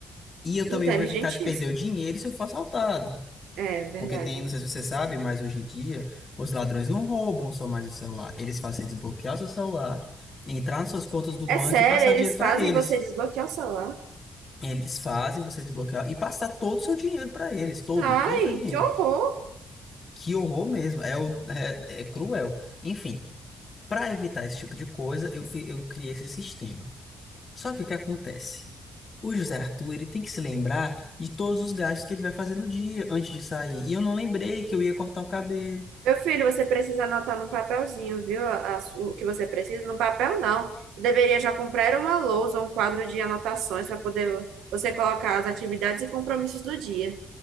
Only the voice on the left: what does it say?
E eu
também vou evitar de perder o dinheiro se eu for assaltado.
Porque tem, não
sei se você sabe, mas hoje em dia os ladrões não roubam só mais o celular. Eles fazem você desbloquear o seu celular, entrar nas suas contas do
banco
e passar
dinheiro pra
eles.
Eles fazem você desbloquear e passar todo o seu dinheiro para eles, todo,
todo o seu dinheiro.
Que horror mesmo, é, o- é, é cruel. Enfim, para evitar esse tipo de coisa, eu, fi- eu criei esse sistema. Só que o que acontece? O José Arthur, ele tem que se lembrar de todos os gastos que ele vai fazer no dia antes de sair. E eu não lembrei que eu ia cortar o cabelo.